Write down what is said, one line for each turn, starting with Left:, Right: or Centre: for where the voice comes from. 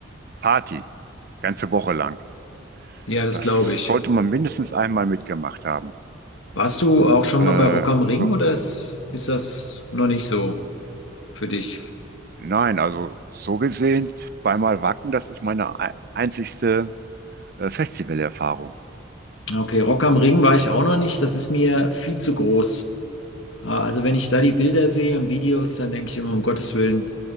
Right: Party, ganze Woche lang.
Left: Ja, das
Right: Das
Left: glaube ich.
Right: sollte man mindestens einmal mitgemacht haben.
Left: Warst du auch schon
Right: Äh,
Left: mal bei Rock am Ring
Right: so,
Left: oder ist, ist das noch nicht so für dich?
Right: nein, also so gesehen, zweimal Wacken, das ist meine ei- einzigste äh, Festivalerfahrung.
Left: Okay, Rock am Ring war ich auch noch nicht. Das ist mir viel zu groß. Äh, Also wenn ich da die Bilder sehe und Videos, dann denke ich immer, um Gottes Willen,